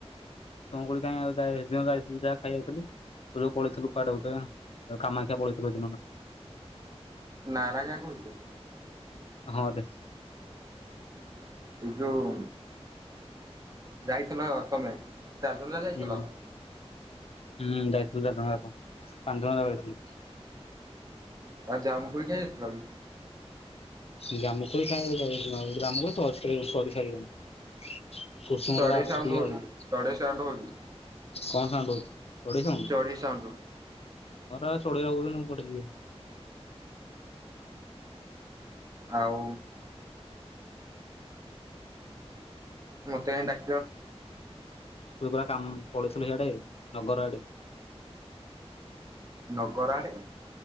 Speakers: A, on the left; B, on the right.
A: <unintelligible> କାଇଁ ଆଉ ଯାହା ଏଦିନ ଯାଇଥିଲୁ ଯାହା ଖାଇ ଯାଇଥିଲୁ। ତୁ ଯୋଉ ପଳେଇଥିଲୁ କୁଆଡେ ଗୋଟେ କାମାକ୍ଷା ପଳେଇଥିଲୁ
B: ନାରାଗା କହୁଛୁ।
A: ହଁରେ।
B: ଏଇ ଯୋଉ ଯାଇଥିଲ ତମେ ଚାରି ଜଣ ଯା-ଯାଇଥିଲା?
A: ହୁଁ ହୁଁ ଯାଇଥିଲୁ ଚାରିଜଣ ଯାକ ପାଞ୍ଚଜଣ ଯାକ ଯାଇଥିଲୁ।
B: ଆ ଜାମୁକୋଳି <unintelligible>
A: ଜାମୁକୋଳି ଖାଇବା ଯାଇଥିଲୁ ଜାମୁକୋଳି <unintelligible> ସାରିବନ। କୁସୁମ <unintelligible>
B: ଚଢେଇ
A: କଣ ସାଉଣ୍ଡ
B: ହଉଛି ଚଢେଇ ସାଉଣ୍ଡ ହଉଛି
A: ଚଢେଇ ସାଉଣ୍ଡ? ଘରେବା
B: ଚଢେଇ ସାଉଣ୍ଡ
A: ଚଢେଇ ଗୁରା ବୋବଉଛନ୍ତି ମୁଁ କୁଆଡ଼େ ଯିବି ଆଉ।
B: ଆଉ ମତେ କାଇଁ
A: ତୁ ପରା କାମ ପଳେଇଥିଲୁ ସେଆଡେ ନଗର ଆଡେ।
B: ନଗର ଆଡେ।